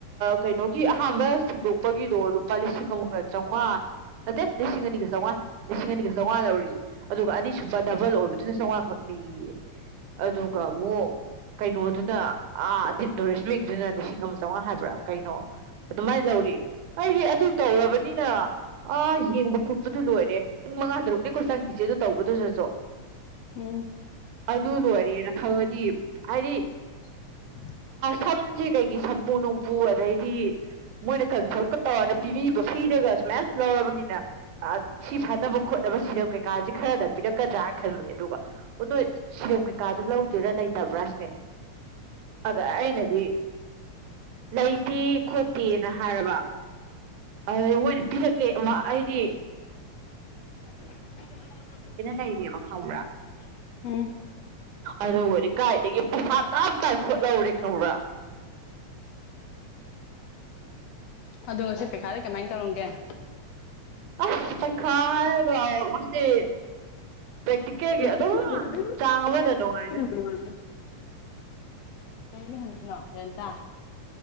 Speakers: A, on the right; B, on the left.
A: ꯀꯩꯅꯣꯒꯤ ꯑꯍꯥꯝꯕ ꯁꯦꯡꯗꯣꯛꯄꯒꯤꯗꯣ ꯂꯨꯄꯥ ꯂꯤꯁꯤꯡ ꯑꯃꯒ ꯆꯥꯝꯃꯉꯥ ꯅꯠꯇꯦ ꯂꯤꯁꯤꯡ ꯑꯅꯤꯒ ꯆꯥꯝꯃꯉꯥ ꯂꯤꯁꯤꯡ ꯑꯅꯤꯒ ꯆꯥꯝꯃꯉꯥ ꯂꯧꯔꯤ ꯑꯗꯨꯒ ꯑꯅꯤꯁꯨꯕ ꯗꯕꯜ ꯑꯣꯏꯕꯗꯨꯅ ꯆꯥꯝꯃꯉꯥꯈꯛ ꯂꯩꯌꯦ ꯑꯗꯨꯒ ꯑꯃꯨꯛ ꯀꯩꯅꯣ ꯑꯗꯨꯅ ꯑ ꯗꯤꯞ ꯅꯔꯤꯁ ꯃꯤꯡꯗꯨꯅ ꯂꯤꯁꯤꯡ ꯑꯃ ꯆꯥꯝꯃꯉꯥ ꯍꯥꯏꯕ꯭ꯔꯥ ꯀꯩꯅꯣ ꯑꯗꯨꯃꯥꯏꯅ ꯂꯧꯔꯤ ꯑꯩꯗꯤ ꯑꯗꯨ ꯇꯧꯔꯕꯅꯤꯅ ꯑ ꯌꯦꯡꯕ ꯈꯣꯠꯄꯗꯨ ꯂꯣꯏꯔꯦ ꯄꯨꯡ ꯃꯉꯥ ꯇꯔꯨꯛꯅꯦꯀꯣ ꯆꯪꯈꯤꯁꯦ ꯑꯗꯨ ꯇꯧꯕꯗꯨ ꯆꯠꯁꯨ
B: ꯎꯝ
A: ꯑꯗꯨ ꯂꯣꯏꯔꯦꯅ ꯈꯪꯉꯗꯤ ꯍꯥꯏꯗꯤ
B: <unintelligible>
A: ꯁꯟꯁꯦ ꯀꯩꯒꯤ ꯁꯝꯄꯨ ꯅꯣꯡꯄꯨ ꯑꯗꯩꯗꯤ ꯃꯣꯏꯅ ꯈ ꯈꯛꯇ ꯇꯧꯔꯅ ꯄꯤꯕꯤꯕ ꯐꯤꯔꯒ ꯁꯨꯃꯥꯏꯅ ꯂꯧꯔꯕꯅꯤꯅ ꯁꯤ ꯐꯥꯅꯕ ꯈꯣꯠꯅꯕ ꯁꯤꯔꯝ ꯀꯩꯀꯥꯁꯤ ꯈꯔꯅ ꯄꯤꯔꯛꯀꯗ꯭ꯔꯅ ꯈꯟꯕꯅꯦ ꯑꯗꯨꯒ ꯅꯣꯏ ꯍꯝ ꯀꯩꯀꯥꯗꯨ ꯂꯧꯗꯣꯏꯔꯥ ꯂꯩꯇꯕ꯭ꯔꯥ ꯁꯤꯅꯦ ꯑꯗ ꯑꯩꯅꯗꯤ ꯂꯩꯇꯦ ꯈꯣꯠꯇꯦꯅ ꯍꯥꯏꯔꯕ ꯑꯗꯨꯗꯩ ꯃꯣꯏꯁꯨ ꯄꯤꯊꯠꯂꯦ ꯑꯃ ꯍꯥꯏꯗꯤ
B: <unintelligible>
A: ꯂꯩꯔꯦꯕ ꯈꯪꯕ꯭ꯔꯥ ꯑꯗꯨꯕꯨꯗꯤ ꯀꯥꯏꯗꯒꯤ ꯄꯩꯁꯥ ꯇꯥꯛꯞ ꯇꯥꯏ ꯈꯣꯠꯍꯧꯔꯦ ꯈꯪꯕ꯭ꯔꯥ
B: ꯑꯗꯣ ꯉꯁꯤ ꯄꯦꯈꯥꯗ ꯀꯃꯥꯏꯅ ꯇꯧꯔꯝꯒꯦ ꯁꯦ
A: ꯑꯁ ꯄꯩꯈꯥ ꯍꯥꯏꯔꯒ ꯉꯁꯤ ꯄ꯭ꯔꯦꯛꯇꯤꯀꯦꯜꯒꯤ
B: ꯔꯆꯒꯦ
A: ꯑꯗꯨꯝ
B: ꯑꯗ
A: ꯆꯥꯡ ꯑꯃꯗ ꯅꯨꯡꯉꯥꯏꯗ
B: ꯆꯒꯅꯗ ꯀꯔꯤꯝ ꯍꯪꯗꯣꯏꯔꯤꯅꯣ ꯔꯦꯟꯇꯥ